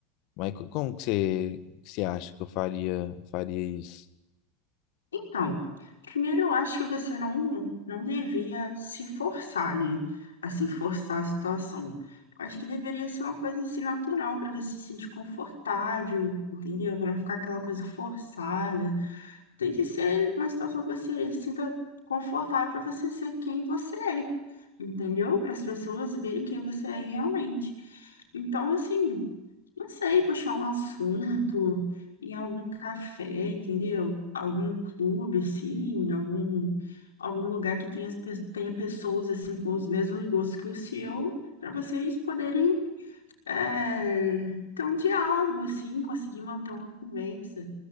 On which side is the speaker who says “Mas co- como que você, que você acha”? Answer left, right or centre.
Left